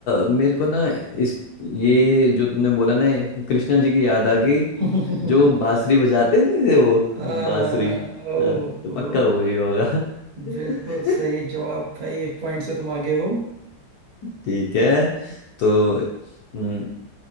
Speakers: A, on the left; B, on the right.
A: मेरे को ना इस ये जो तुमने बोला ना ये कृष्णा जी की याद आ गई
B: <laughs>
A: जो बांसुरी बजाते नहीं थे वो
B: आ,
A: बांसुरी
B: ओहो
A: हाँ तो पक्का वही होगा <laughs>
B: बिल्कुल सही जवाब भाई एक पॉइंट से तुम आगे हो
A: ठीक है तो हम्म,